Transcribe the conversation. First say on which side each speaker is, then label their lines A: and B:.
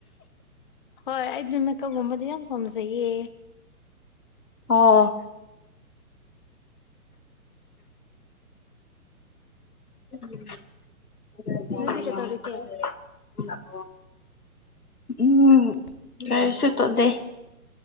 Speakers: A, on the left; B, on the left.
A: ꯍꯣꯏ ꯑꯩꯗꯤ ꯃꯦꯀꯞꯒꯨꯝꯕꯗꯤ ꯌꯥꯝ ꯄꯥꯝꯖꯩꯌꯦ
B: ꯑꯣ <unintelligible>
A: ꯅꯣꯏꯗꯤ ꯀꯩꯗꯧꯔꯤꯒꯦ
B: <unintelligible> ꯎꯝ ꯀꯔꯤꯁꯨ ꯇꯣꯗꯦ